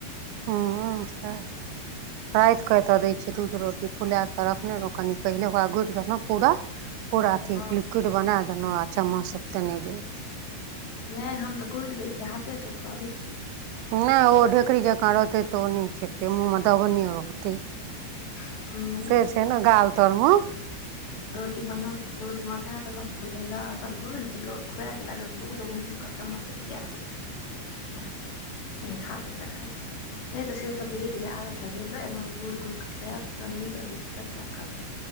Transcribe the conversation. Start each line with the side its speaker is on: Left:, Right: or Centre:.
Right: हँ सेह छै राइत कऽ एतऽ दैय छियै दूध रोटी फुला के रखने रहो कनि पहिले ओकरा गुड़ि देलौं पूरा पूरा
Left: हँ
Right: अथी
Left: हँ
Right: लिक्विड क बना देलोह आ चमच स दने गेल
Left: नय हम तऽ गुड़ि दैय छियै हाथे से खुआबै छियै
Right: नय ओ
Left: फूल
Right: ढेकरी जेकाँ रहतै तऽ ओ नय खेतै मुूँहमे दबने रहतै
Left: नहि
Right: से
Left: नहि
Right: छैय ने गाल तर म
Left: रोटी बनल त दूध में दय देलौ फुलयले अपन गुड़ि दियौ खुआ गेल अगर दूध रहितै त ओकरा चम्मच से पिया दितियै एहठा तेसँ खाइत छै <unintelligible> नै तऽ से सब धीरे धीरे आदत लगेबै एना मे गुड़ि गुड़ि क खायत तऽ नीक रहय छैय बच्चा क